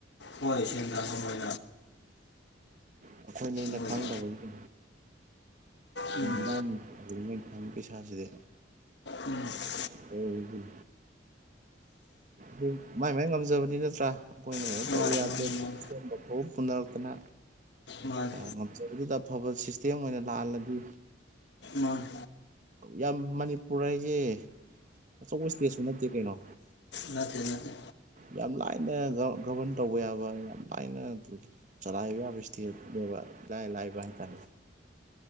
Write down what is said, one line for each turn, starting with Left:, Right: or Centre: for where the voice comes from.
Left: ꯍꯣꯏ ꯁꯦꯟ ꯇꯦ ꯍꯣꯏ
Right: ꯑꯩꯈꯣꯏ ꯅꯣꯏꯅ
Left: ꯃꯣꯏꯅ
Right: ꯈꯪꯗꯕꯒꯤ
Left: ꯎꯝ
Right: ꯋꯥꯅꯤꯦ ꯊ ꯀꯦꯁꯁꯤꯗ
Left: ꯎꯝ
Right: ꯑꯣ ꯑꯗꯨ ꯃꯥꯏ ꯃꯥꯏ ꯉꯝꯖꯕꯗꯤ ꯅꯠꯇ꯭ꯔꯥ ꯑꯩꯈꯣꯏꯅ ꯀꯩꯅꯣ
Left: ꯃꯥꯅꯤ
Right: ꯇꯧꯧꯕ ꯌꯥꯗ꯭ꯔꯦꯕ
Left: ꯃꯥꯅꯤ ꯃꯥꯅꯤ
Right: ꯐꯥꯎꯕ ꯄꯨꯅꯔꯛꯇꯅ
Left: ꯃꯥꯅꯤ
Right: ꯉꯝꯖꯩ ꯑꯗꯨꯗ ꯑꯐꯕ ꯁꯤꯁꯇꯦꯝ ꯑꯣꯏꯅ ꯂꯥꯛꯍꯜꯂꯗꯤ
Left: ꯃꯥꯅꯤ
Right: ꯌꯥꯝ ꯃꯅꯤꯄꯨꯔ ꯍꯥꯏꯁꯦ ꯑꯆꯧꯧꯕꯁ ꯀꯦꯁꯨ ꯅꯠꯇꯦ ꯀꯩꯅꯣ
Left: ꯅꯠꯇꯦ ꯅꯠꯇꯦ
Right: ꯌꯥꯝ ꯂꯥꯏꯅ ꯒꯕꯔꯟ ꯇꯧꯕ ꯌꯥꯕ ꯌꯥꯝ ꯂꯥꯏꯅ ꯆꯂꯥꯏꯕ ꯌꯥꯕ ꯏꯁꯇꯤ ꯂꯩꯕ ꯂꯥꯏ ꯂꯥꯛꯏꯕ ꯍꯥꯏꯇꯥꯔꯦ